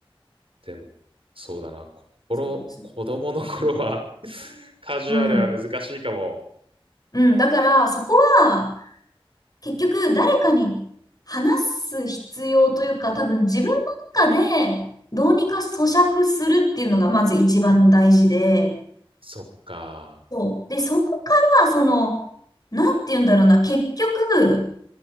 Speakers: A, on the right; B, on the left.
A: でも、そうだな。心、
B: そうですね。
A: 子供の頃は <laughs> カジュアルは難しいかも。
B: うん。うん。だから、そこは、結局、誰かに話す必要というか、多分自分の中で、どうにか咀嚼するっていうのが、まず一番大事で、
A: そっか。
B: そう。で、そこから、その、なんて言うんだろうな、結局、